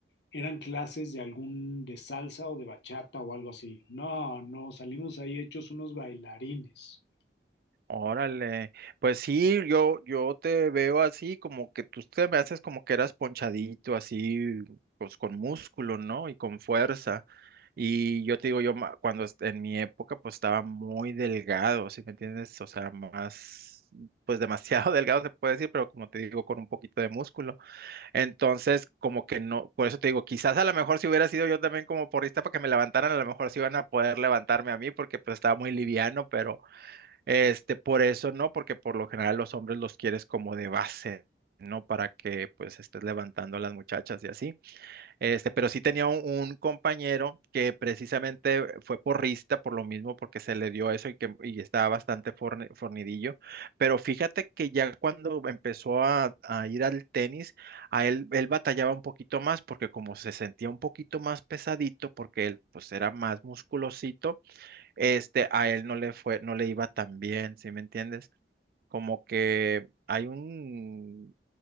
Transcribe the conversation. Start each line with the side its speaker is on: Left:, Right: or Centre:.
Left: eran clases de algún, de salsa o de bachata o algo así. No, no, salimos ahí hechos unos bailarines.
Right: Órale, pues sí, yo, yo te veo así, como que tú te me haces como que eras ponchadito, así, pues con músculo, ¿no? Y con fuerza. Y yo te digo, yo ma- cuando est- en mi época, pues estaba muy delgado, ¿sí me entiendes? O sea, más, pues demasiado <laughs> delgado se puede decir, pero como te digo, con un poquito de músculo. Entonces, como que no, por eso te digo, quizás a lo mejor si hubiera sido yo también como porrista para que me levantaran, a lo mejor sí iban a poder levantarme a mí porque pues estaba muy liviano, pero este, por eso no, porque por lo general los hombres los quieres como de base, ¿no? Para que pues estés levantando a las muchachas y así. Este, pero sí tenía un, un compañero que precisamente fue porrista por lo mismo, porque se le dio eso y que y estaba bastante forni- fornidillo. Pero fíjate que ya cuando empezó a, a ir al tenis, a él, él batallaba un poquito más, porque como se sentía un poquito más pesadito, porque él pues era más musculosito, este, a él no le fue, no le iba tan bien, ¿sí me entiendes? como que hay un,